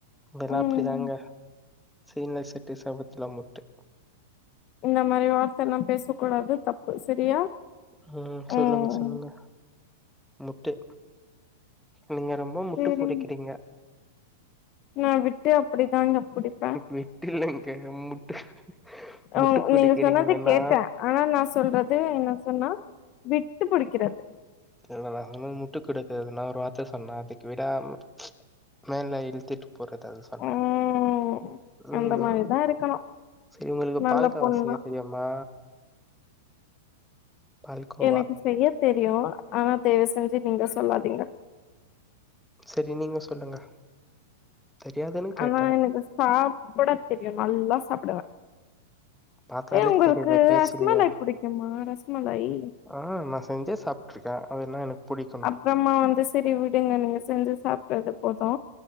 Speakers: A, in the centre; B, on the left (about 35°).
A: அதெல்லா
B: ம்
A: அப்டிதாங்க சீன்ல செட்டு சபத்துல முட்டு
B: இந்த மாரி வார்த்தலா பேசக் கூடாது தப்பு சரியா
A: ஆ சொல்லுங்க
B: ம்
A: சொல்லுங்க முட்டை நீங்க ரொம்ப உ முட்டு
B: சேரி
A: புடிக்கிறீங்க
B: நா விட்டு அப்டிதாங்க புடிப்
A: விட்டு இல்லங்க முட்டு முட்டு
B: உ
A: குடுக்கிறீங்களண்ணா
B: நீங்க சொன்னத கேட்ட ஆனா நா சொல்றது என்ன சொன்னா விட்டு புடிக்கிறது
A: தெர்ல நா அந்மாரி முட்டு குடுக்குறதுனா ஒரு வார்த்த சொன்னா அதுக்கு விடா முட் மேல இ்ழுத்துட்டு போறது அது ப
B: ம்
A: ம்
B: அந்த மாரிதா இருக்கணு
A: சரி உங்களுக்கு
B: நல்ல
A: பால்கோவா
B: பொண்ணா
A: செய்ய தெரியுமா மா பால்கோவா
B: எனக்கு செய்ய தெரியு ஆனா தய்வு செஞ்சு நீங்க சொல்லாதீங்க
A: சரி நீங்க சொல்லுங்க தெரியாதுன்னு
B: ஆனா
A: கேட்டே
B: எனக்கு சாப்பிட தெரியு நல்லா சாப்பிடுவ
A: பாத்தாலே
B: ஏ உங்களுக்கு
A: தெரியுது பேச்சுலயே
B: ரஸ்மலாய் புடிக்குமா ரஸ்மலாய்
A: ஆ நா செஞ்சே சாப்ருக்கேன் அதென்னா எனக்கு புடிக்கணும்
B: அப்புறமா வந்து செரி விடுங்க நீங்க செஞ்சு சாப்டது போதோ